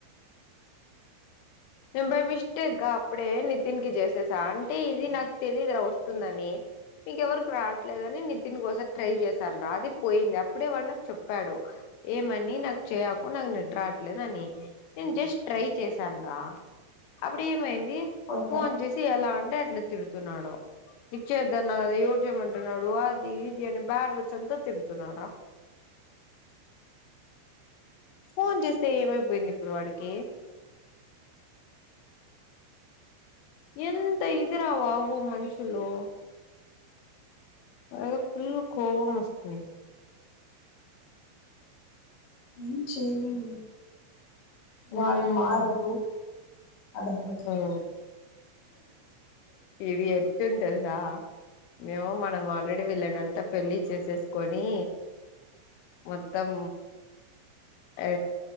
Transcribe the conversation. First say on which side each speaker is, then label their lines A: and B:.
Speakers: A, on the left; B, on the left.
A: నేను బై మిస్టేక్గా అప్పుడే నితిన్ కి చేసేసా అంటే ఇది నాకు తెలీదు వస్తుందని మీకు ఎవరికి రావట్లేదని నితిన్ కోసం ట్రై చేసాను రా అది పోయింది అప్పుడే వాడు నాకు చెప్పాడు ఏమని నాకు చేయకు నాకు నెట్ రావట్లేదని నేను జస్ట్ ట్రై చేసాన్ రా అప్పుడే ఏమైంది ది
B: పోయిందా
A: ఫోన్ చేసి ఎలా అంటే అట్లా తిడుతున్నాడు లిఫ్ట్ చేయెద్దు. ఎవరు చేయమంటున్నాడు అది ఇది అని బ్యాడ్ వర్డ్స్ అంతా తిడుతున్నారా ఫోన్ చేస్తే ఏమైపోయింది ఇప్పుడు వాడికి ఎంత ఇది రా బాబు మనుషులు అదే ఫుల్ కోబం వస్తుంది
B: ఏం చేయలేంలే
A: మ్మ్
B: వాళ్ళు మారడు అడగకపోతే
A: మ్మ్ ఇది ఎతింది తెల్సా మేమో మనం ఆల్రెడీ వీళ్ళనంతా పెళ్లిి చేసేసుకొని మొత్తం అ